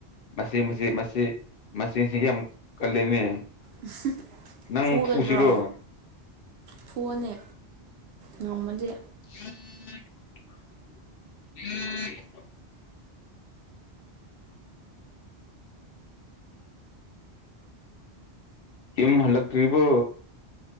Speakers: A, on the left (about 65°); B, on the right (about 70°).
A: ꯃꯁꯤ ꯃꯁꯤ ꯃꯁꯤ ꯃꯆꯤꯜꯁꯤꯒꯤ ꯌꯥꯝ ꯀꯜꯂꯤꯅꯦ
B: ꯎꯝ
A: ꯅꯪ
B: ꯐꯨꯒꯗ꯭ꯔꯣ
A: ꯐꯨꯁꯤꯔꯣ
B: ꯐꯨꯑꯣꯅꯦ ꯉꯝꯃꯗꯤ
A: <inaudible> ꯌꯨꯝ ꯍꯜꯂꯛꯇ꯭ꯔꯤꯕꯣ